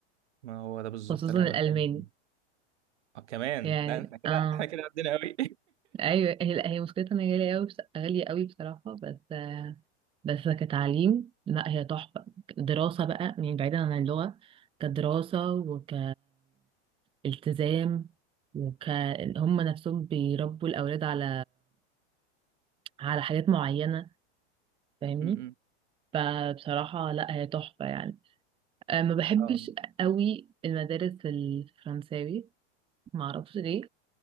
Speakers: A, on the right; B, on the right.
A: ما هو ده بالظبط
B: خصوصا
A: اللي
B: الالماني
A: أنا بتكلم فيه آه كمان
B: يعني
A: لا احنا كده
B: اه
A: احنا كده عدينا أوي
B: ايوه هي لا هي مشكلتها ان هي غاليه قوي بس... غاليه قوي بصراحه بس آه، بس كتعليم لا هي تحفه دراسه بقى يعني بعيدا عن اللغه كدراسه وك التزام وك هم نفسهم بيربوا الأولاد على على حاجات معينة فاهمني
A: <laughs> م- م.
B: فبصراحة لا هي تحفة يعني أه ما بحبش
A: اه
B: قوي المدارس الفرنساوي ما اعرفش ليه